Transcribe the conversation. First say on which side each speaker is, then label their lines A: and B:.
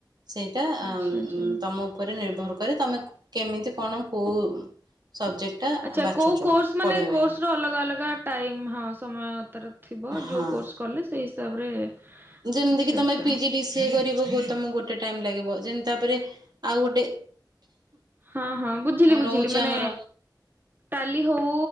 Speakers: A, on the right (about 65°); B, on the right (about 25°).
A: ସେଇଟା ଅ
B: ଆଚ୍ଛା ଆଚ୍ଛା
A: ଉମ ତମ ଉପରେ ନିର୍ଭର କରେ ତମେ କେମିତି କଣ କୋଉ? ସବଜେକ୍ଟଟା
B: ଆଚ୍ଛା
A: ବାଛୁଛ
B: କୋଉ କୋର୍ସ ମାନେ
A: ପଢ଼ିବା
B: କୋର୍ସ
A: ପାଇଁ
B: ର ଅଲଗା ଅଲଗା ଅଲଗା ଟାଇମ୍ ହଁ ସମୟ ତାର ଥିବ
A: ହଁ।
B: ଯଉ କୋର୍ସ କଲେ ସେଇ ହିସାବରେ
A: ଯେମିତି
B: ଆଚ୍ଛା
A: କି ତମେ
B: ଆଚ୍ଛା
A: ପିଜି ଡି ସି ଏ କରି ଗୁ ଗୁ ତମ ଗୋଟେ ଟାଇମ ଲାଗିବ ଯେନ ତାପରେ ଆଉ ଗୋଟେ
B: ହଁ ହଁ ବୁଝିଲି ବୁଝିଲି
A: ରହୁଛି
B: ମାନେ
A: ଆମର
B: ଟାଲି ହଉ